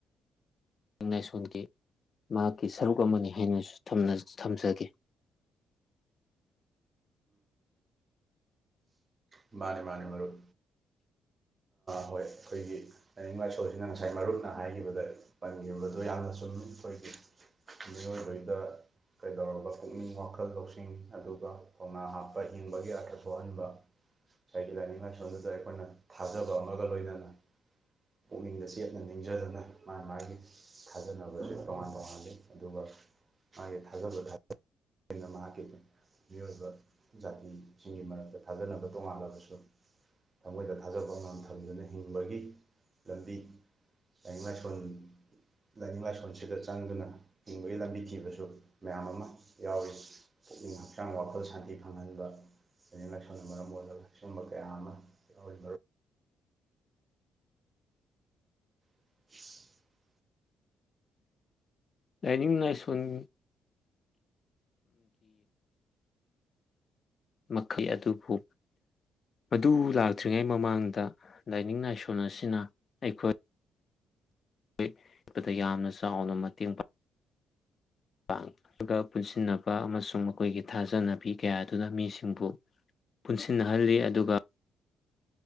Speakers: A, on the left (about 45°); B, on the right (about 35°).
A: ꯂꯥꯏꯅꯤꯡ ꯂꯥꯏꯁꯣꯟꯒꯤ ꯃꯍꯥꯛꯀꯤ ꯁꯔꯨꯛ ꯑꯃꯅꯤ ꯍꯥꯏꯅꯁꯨ ꯊꯝꯖꯒꯦ
B: ꯃꯥꯅꯦ ꯃꯥꯅꯦ ꯃꯔꯨꯞ ꯍꯣꯏ ꯑꯩꯈꯣꯏꯒꯤ ꯂꯥꯏꯅꯤꯡ ꯂꯥꯏꯁꯣꯁꯤꯅ ꯉꯁꯥꯏ ꯃꯔꯨꯞꯅ ꯍꯥꯏꯈꯤꯕꯗ ꯄꯟꯈꯤꯕꯗꯣ ꯌꯥꯝꯅ ꯑꯣꯏꯗ ꯃꯤꯑꯣꯏꯕꯗ ꯀꯩꯗꯧꯔꯕ ꯄꯨꯛꯅꯤꯡ ꯋꯥꯈꯜ ꯂꯧꯁꯤꯡ ꯑꯗꯨꯒ ꯈꯧꯅꯥ ꯍꯥꯞꯄ ꯍꯤꯡꯕꯒꯤ ꯑꯔꯊ ꯊꯣꯛꯍꯟꯕ ꯍꯥꯏꯁꯗꯤ ꯂꯥꯏꯅꯤꯡ ꯂꯥꯏꯁꯣꯟꯗꯨꯗ ꯑꯩꯈꯣꯏꯅ ꯊꯥꯖꯕ ꯑꯃꯒ ꯂꯣꯏꯅꯅ ꯄꯨꯛꯅꯤꯡꯗ ꯆꯦꯠꯅ ꯅꯤꯡꯖꯗꯨꯅ ꯃꯥ ꯃꯥꯒꯤ ꯊꯥꯖꯅꯕꯁꯦ ꯇꯣꯉꯥꯟ ꯇꯣꯉꯜꯂꯤ ꯑꯗꯨꯒ ꯃꯥꯒꯤ ꯊꯥꯖꯕ ꯊ ꯑꯩꯅ ꯃꯍꯥꯛꯀꯤ ꯃꯤꯑꯣꯏꯕ ꯖꯥꯇꯤꯁꯤꯡꯒꯤ ꯃꯔꯛꯇ ꯊꯥꯖꯅꯕ ꯇꯣꯉꯥꯜꯂꯕꯁꯨ ꯊꯃꯣꯏꯗ ꯊꯥꯖꯕ ꯑꯉꯥꯡ ꯊꯝꯗꯨꯅ ꯍꯤꯡꯕꯒꯤ ꯂꯝꯕꯤ ꯂꯥꯏꯅꯤꯡ ꯂꯥꯏꯁꯣꯟ ꯂꯥꯏꯅꯤꯡ ꯂꯥꯏꯁꯣꯟꯁꯤꯗ ꯆꯪꯗꯨꯅ ꯍꯤꯡꯕꯒꯤ ꯂꯝꯕꯤ ꯊꯤꯕꯁꯨ ꯃꯌꯥꯝ ꯑꯃ ꯌꯥꯎꯋ ꯄꯨꯛꯅꯤꯡ ꯍꯛꯆꯥꯡ ꯋꯥꯈꯜ ꯁꯥꯟꯇꯤ ꯐꯪꯍꯟꯕ ꯂꯅꯁꯣꯟꯅ ꯃꯔꯝ ꯑꯣꯏꯔꯒ ꯁꯒꯨꯝꯕ ꯀꯌꯥ ꯑꯃ ꯌꯥꯎꯣꯏ <inaudible>
A: ꯂꯥꯏꯅꯤꯡ ꯂꯥꯏꯁꯣꯟꯒꯤ ꯃꯈꯩ ꯑꯗꯨꯕꯨ ꯃꯗꯨ ꯂꯥꯛꯇ꯭ꯔꯤꯉꯩ ꯃꯃꯥꯡꯗ ꯂꯥꯏꯅꯤꯡ ꯂꯥꯏꯁꯣꯟ ꯑꯁꯤꯅ ꯑꯩꯈꯣꯏ ꯑꯩꯣꯏꯠꯄꯗ ꯌꯥꯝꯅ ꯆꯥꯎꯅ ꯃꯇꯦꯡ ꯄꯥꯡ ꯄꯥꯡꯒ ꯄꯨꯟꯁꯤꯟꯅꯕ ꯑꯃꯁꯨꯡ ꯃꯈꯣꯏꯒꯤ ꯊꯥꯖꯅꯕꯤ ꯀꯌꯥ ꯑꯗꯨꯅ ꯃꯤꯁꯤꯡꯕꯨ ꯄꯨꯟꯁꯤꯟꯅꯍꯜꯂꯤ ꯑꯗꯨꯒ